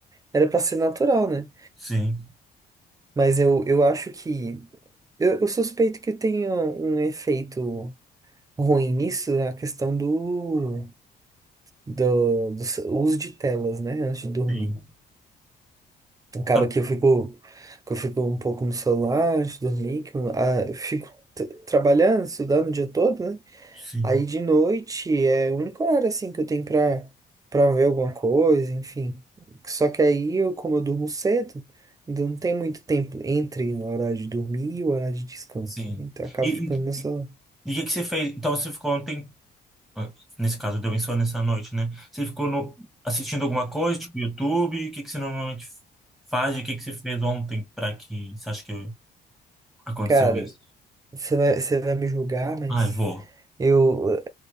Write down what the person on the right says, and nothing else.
era para ser natural, né?
Mas eu, eu acho que. Eu, eu suspeito que tenha um efeito ruim nisso, é a questão do, do, do s- uso de telas, né? Antes de dormir.
Acaba
que eu fico, que eu fico um pouco no celular antes de dormir, que eu, ah, eu fico t- trabalhando, estudando o dia todo, né?
Aí de noite é o único horário assim que eu tenho pra, pra ver alguma coisa, enfim. Só que aí eu, como eu durmo cedo, ainda não tem muito tempo entre o horário de dormir e o horário de descanso.
né? Então eu acabo
ficando
nessa.
Cara,
você vai, você vai me julgar, mas
eu,